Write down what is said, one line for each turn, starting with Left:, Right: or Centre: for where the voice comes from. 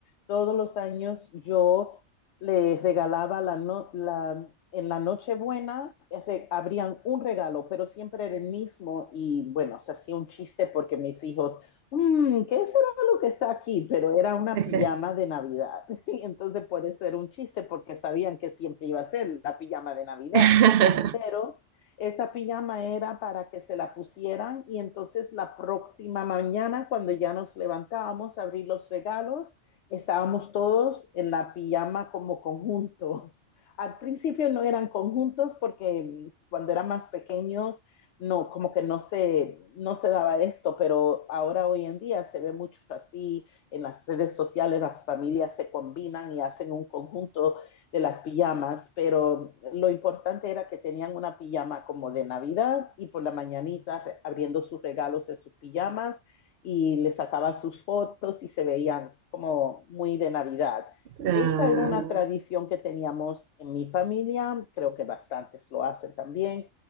Left: todos los años yo les regalaba la no- la, en la Nochebuena eh, re- abrían un regalo, pero siempre era el mismo y bueno, se hacía un chiste porque mis hijos, "Mm, ¿qué será lo que está aquí? Pero era una
Right: Okay.
Left: pijama de Navidad. <laughs> y entonces por eso era un chiste, porque sabían que siempre iba a ser la pijama de Navidad.
Right: <laughs>
Left: Pero esa pijama era para que se la pusieran y entonces la próxima mañana, cuando ya nos levantábamos a abrir los regalos, estábamos todos en la pijama como conjuntos. Al principio no eran conjuntos porque mm, cuando eran más pequeños no, como que no se, no se daba esto, pero ahora hoy en día se ve mucho así en las redes sociales las familias se combinan y hacen un conjunto de las pijamas, pero lo importante era que tenían una pijama como de Navidad y por la mañanita abriendo sus regalos de sus pijamas y les sacaba sus fotos y se veían como muy de Navidad.
Right: Ah,
Left: Esa era una tradición que teníamos en mi familia, creo que bastantes lo hacen también.